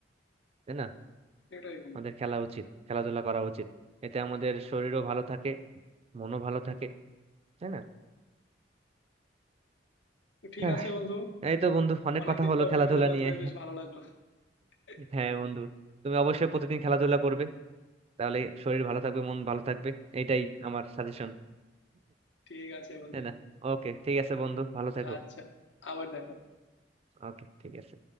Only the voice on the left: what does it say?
সেটাই বন্ধু
তো ঠিক
আছে বন্ধু
অনেকদিন
পর
তোমার সাথে কথা
হয়ে বেশ ভালো লাগলো <laughs>
ঠিক আছে বন্ধু
আচ্ছা আবার দেখো